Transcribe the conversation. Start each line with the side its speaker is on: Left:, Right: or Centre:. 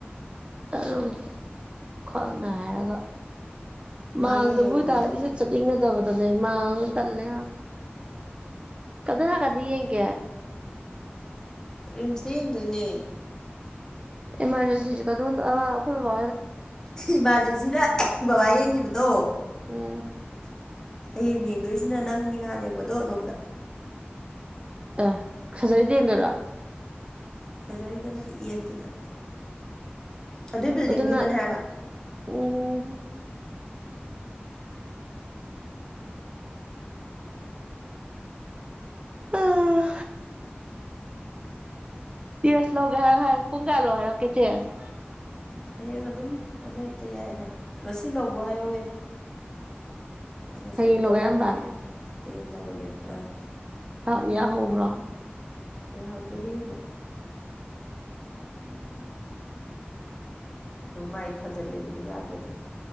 Right: ꯆꯠ. ꯂꯨꯒꯦ ꯈ꯭ꯡꯅ ꯍꯥꯏꯔꯒ
Left: ꯃꯥꯒꯤ
Right: ꯃꯥꯡꯗꯕ
Left: ꯍꯌꯦꯡ
Right: ꯑꯣꯏꯇꯥꯥꯔꯗꯤ
Left: ꯔꯦꯟ
Right: ꯁꯦ ꯆꯠꯅꯤꯡꯒꯗꯕꯗꯅꯦ ꯃꯥꯡ ꯇꯜꯂꯦ ꯀꯗꯅ ꯀꯗꯤ ꯏ ꯀꯌꯥ
Left: ꯔꯤꯝ. ꯁꯇ ꯌꯦꯡꯗꯣꯏꯅꯦ
Right: ꯏꯃ. ꯔꯖꯦꯟꯁꯤ ꯀꯣ ꯍꯈꯣꯏꯕꯥ
Left: ꯏꯃꯥꯔꯖꯦꯟꯁꯤꯅ ꯕꯕꯥ ꯌꯦꯡꯈꯤꯕꯗꯣ
Right: ꯎꯝ
Left: ꯍꯌꯦꯡ ꯌꯦꯡꯗꯣꯏꯁꯤꯅ ꯅꯪꯒꯤ ꯅꯍꯥꯟ ꯌꯦꯡꯕꯗꯣ ꯑꯗꯣꯝꯗ
Right: ꯑꯦ ꯁꯖꯔꯗ ꯌꯦꯡꯗꯣꯏꯔꯥ
Left: ꯐꯖ. ꯔꯤꯗ ꯅꯠꯇꯦ ꯏꯟ ꯇꯤꯗ ꯑꯗꯨꯏ ꯕꯤꯜꯗꯤꯡꯗꯨꯗꯅꯦ
Right: ꯑꯗꯨ. ꯑꯗꯨꯅ
Left: ꯍꯥꯏꯕ
Right: ꯎꯝ ꯑꯥ ꯇꯦꯔꯁ ꯂꯧꯒꯦ ꯍꯥꯏꯔꯣ ꯍꯥꯏꯔꯣ ꯄꯨꯡ ꯀ ꯂꯧꯣ ꯍꯥꯏꯔꯣ ꯀꯩꯦ ꯑꯁꯦ
Left: ꯍꯌꯦꯡ ꯑꯗꯨꯝ ꯑꯃ ꯍꯦꯛꯇ ꯌꯥꯏ ꯍꯥꯏ ꯉꯁꯤ ꯂꯧꯕ ꯍꯥꯏꯍꯧꯋꯦ ꯉꯁꯤꯗꯤ
Right: ꯍꯌꯦꯡ
Left: ꯂꯧꯔꯔꯒꯦ
Right: ꯂꯧꯒꯦ ꯍꯥꯏꯔꯝꯕ
Left: ꯑꯩ ꯂꯧꯔꯒꯦ ꯑꯥ
Right: ꯑ ꯌꯥꯍꯧꯕ꯭ꯔꯣ
Left: ꯀ ꯌꯥꯎꯗꯗꯤ ꯀꯩꯅꯣ
Right: ꯎꯝ
Left: ꯃꯃꯥꯏ ꯊꯥꯖꯤꯜꯂꯦꯗꯅ ꯌꯥꯗ꯭ꯔꯗꯤ